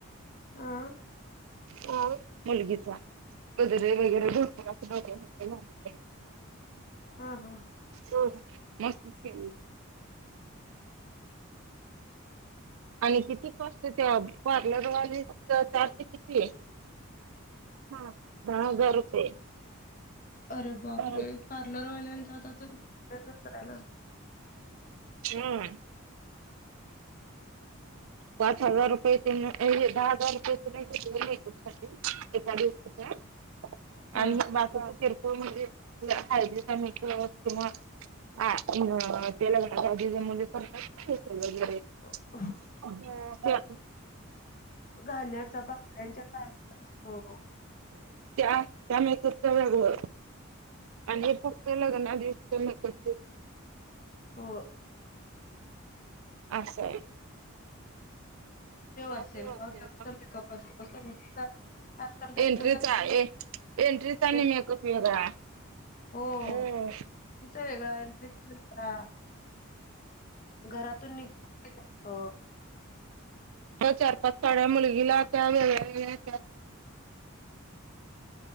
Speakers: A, on the left; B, on the right.
A: आह
B: ह मुलगीचा गजरे वगैरे भरपूर अस.
A: हा हं
B: हो मस्त के. आणि किती कॉस्ट त्या पार्लरवाली चार्ज किती हा दहा हजार रुपये.
A: अरे बापरे
B: अ
A: पार्लरवाल्यांचा आता तर तसंच आहे ना
B: हम्म पाच हजार रुपये त दहा हजार रुपये त नाही घेतले नाही कु एका दिवसाच्या
A: हा
B: आणि बात किरकोळ म्हणजे हाज किंवा हा तेलागणजी ज मुले असेल वगैरे
A: हा
B: ह ना हा
A: घाण्याचा बायांच्या घाण्याचा असतो
B: त्या, त्या महत त्या वग आणि फक्त लग ना दिक
A: हो
B: असं गावदेव
A: असेल
B: असेला
A: गावदेवाचा मेकअप असतो संगीतचा आजकाल ट्रेंडिंग
B: एंट्रीच आहे एंट्रीचानी
A: आहे.
B: मेकअप वेगळा
A: हो
B: हम
A: तिचा वेगळा इंटरेस्ट वेगळा घरातून निघ कात
B: चार पाच साड्या मुलगीला त्या वेळेच्या